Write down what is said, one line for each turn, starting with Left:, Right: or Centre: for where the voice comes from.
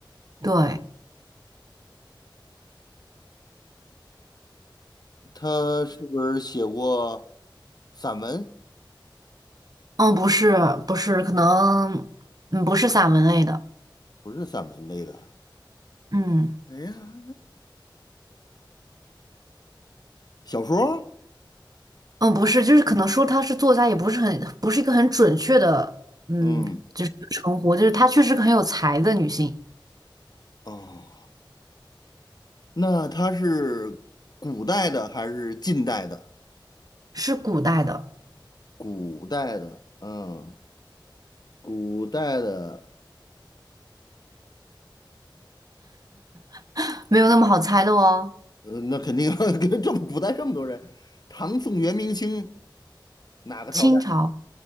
Right: 对，
Left: 他是不是写过散文？
Right: 嗯，不是，不是，可能，嗯，不是散文类的，
Left: 不是散文类的，
Right: 嗯，
Left: 哎呀，小说儿
Right: 嗯，不是，就是可能说她是作家，也不是很，不是一个很准确的，嗯，
Left: 嗯，
Right: 称呼，就是她确实很有才的女性，
Left: 哦，那他是古代的还是近代的？
Right: 是古代的，
Left: 古代的，嗯，古代的，
Right: <laughs> 没有那么好猜的哦，
Left: 呃，那肯定 <laughs> 跟这么古代这么多人，唐宋元明清哪个朝代？
Right: 清朝，